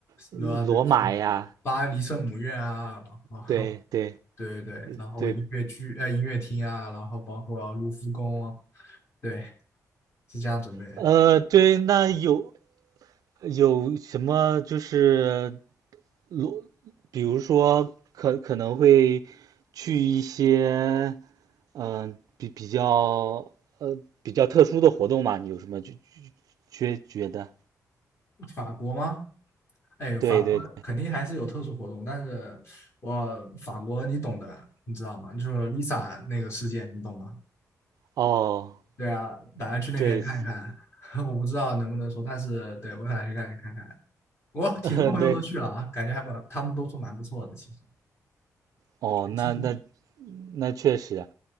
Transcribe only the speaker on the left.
对吧？比如说巴黎圣母院啊，然后
对对对，然后音乐剧、
呃音乐厅啊，然后包括卢浮宫啊，对，是这样准备。
法国吗？哎，法国肯定还是有特殊活动，
但是我法国你懂的，你知道吗？就是 Lisa 那个事件，你懂吗？
对啊，打算去那边看一看，
<laughs> 我不知道能不能说，但是对我打算去看看看。我挺多朋友都去了啊，
感觉还蛮，他们都说蛮不错的。其实，
最近